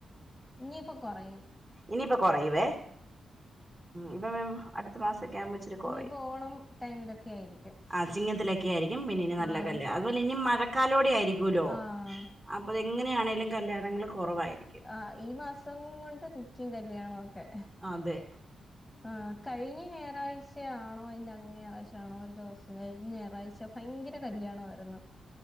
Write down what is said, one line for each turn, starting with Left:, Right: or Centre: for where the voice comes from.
Centre: ഇനിയിപ്പൊ കുറയും
Right: ഇനിയിപ്പൊ കൊറയുവേ ഇപ്പൊ അടുത്ത മാസൊക്കെ ആവുമ്പോ ഇച്ചിരി കുറയും
Centre: ഇനിയിപ്പോ ഓണം ടൈമിലൊക്കെ ആയിരിക്കും
Right: ആ ചിങ്ങത്തിലൊക്കെ ആയിരിക്കും പിന്നെനി നല്ല
Centre: ആഹ്
Right: കല് അതുപോലെ ഇനി മഴക്കാലോടെ ആയിരിക്കൂല്ലോ
Centre: ആഹ്
Right: അപ്പൊതെങ്ങനെയാണേങ്കലും കല്യാണങ്ങൾ കുറവായിരിക്കും.
Centre: ആഹ് ഈ മാസം കൊണ്ട് നിക്കും കല്യാണൊക്കെ
Right: അതെ
Centre: ആഹ് കഴിഞ്ഞ ഞായാറാഴ്ചയാണോ അതിന്റെ അങ്ങ ഞായാഴ്ചയാണോ ഒരു ദിവസം ഞായറാഴ്ച ഭയങ്കര കല്യാണവായിരുന്നു